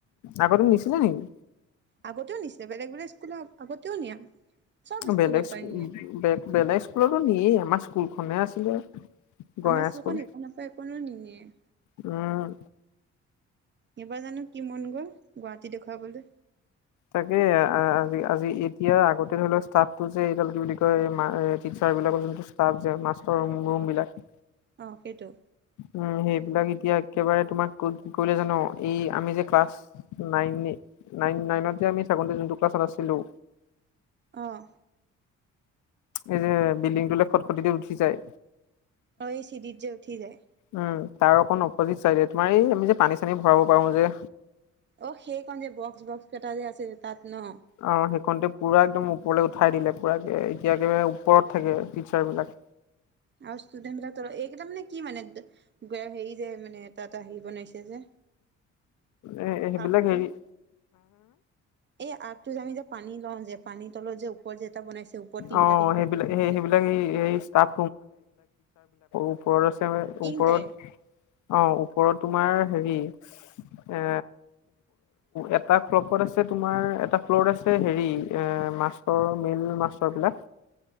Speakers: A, on the left; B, on the right.
A: আগতেন নিছিলে। নেকি
B: আগতেও নিছে বেলেগ বেলেগ স্কুলৰ আগতেও নিয়ে। চব স্কুলৰ
A: বেলেগ
B: পৰাই
A: স্কুল,
B: নিয়ে
A: বেলেগ স্কুলতো দিয়েই, আমাৰ স্কুলখনহে আছিলে। গঞা
B: আমাৰ স্কুলখন
A: স্কুল
B: একোন পৰা একোনি নিয়ে।
A: উম।
B: কিবাৰ জানো কি মন গ'ল। গুৱাহাটী দেখুৱাবলৈ
A: তাকে আজি আজি ঈদ। এতিয়াৰ আগতে ধৰি লওক ষ্টাফ টো যে এইডাল কি বুলি কয় টিচাৰ বিলাকৰ যোনটো ষ্টাফ যে মাষ্টৰৰুম। বিলাক।
B: অ কেইটো।
A: উ সেইবিলাক এতিয়া একেবাৰে তোমাক কি কৰিলে জানো এই আমি যে ক্লাছ নাইন। নাইন নাইন আমি চাবলৈ জোনটোৰ ক্লিলাচত আছিলো।
B: আহ।
A: এই যে বিল্ডিংটোলে খটখট দি উঠি যায়।
B: অ'! এই চিৰিত যে উঠি যায়।
A: উম তাৰ অকণ অপজিত চাইডে তোমাৰ এই আমি যে পানী চানী ভৰাব পাৰো যে।
B: অ'! সেইকন যে, বক্স-বক্স কেইটা যে, আছে যে, তাত ন'।
A: অ সেইকণতে পুৰা একদম ওপৰলৈ উঠাই দিলে পুৰা এতিয়াকে ওপৰত থাকে টিচাৰ্ছ বিলাক।
B: আৰু ষ্টুডেন্ট বিলাক তলত এইকেইটা মানে কি মানে হেৰি যে মানে তাত আহি বনাইছে যে।
A: এ, সেইবিলাক
B: আৰ্টটো
A: সেৰি
B: এই আগটো যে আমি যে পানী লওঁ যে পানী তলত যে ওপৰ যে এটা বনাইছে। ওপৰত তিনটা
A: অ
B: তিনটাকে
A: সেইবিলাক
B: বনাইছে
A: সেইবিলাক এই ষ্টাফ। ওপৰত আছে
B: তিনটাই
A: ওপৰত। অ ওপৰত তোমাৰ হেৰি এ এটা ফ্লপত আছে। তোমাৰ এটা ফ্লত আছে হেৰি এ মাচটৰ মেন মাছটৰ বিলাক।